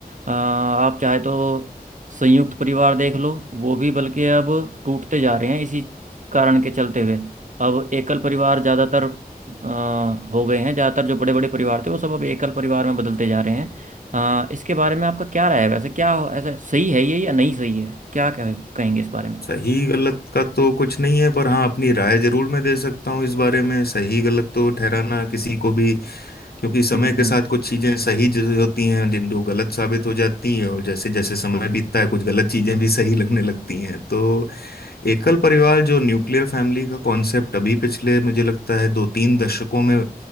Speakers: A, on the right (about 50°); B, on the left (about 75°).
A: अ, आप चाहे तो संयुक्त परिवार देख लो वो भी बल्कि अब टूटते जा रहे हैं इसी कारण के चलते हुए अब एकल परिवार ज़्यादातर अ, हो गए हैं ज़्यादातर जो बड़े बड़े परिवार थे वो सब अब एकल परिवार में बदलते जा रहे हैं अ, इसके बारे में आपका क्या राय है वैसे क्या ऐसा सही है ये या नहीं सही है क्या कहे- कहेंगे इस बारे में
B: सही गलत का तो कुछ नहीं है पर हाँ अपनी राय जरूर मैं दे सकता हूँ इस बारे में सही गलत तो ठहराना किसी को भी क्योंकि समय
A: हम्म
B: के
A: हम्म
B: साथ कुछ चीजें सही चीजें होती हैं जिन जो गलत साबित हो जाती हैं और जैसे जैसे समय बीतता है कुछ गलत चीजें भी सही लगने लगती हैं तो एकल परिवार जो न्यूक्लियर फैमिली का कॉन्सेप्ट अभी पिछले मुझे लगता है दो तीन दशकों में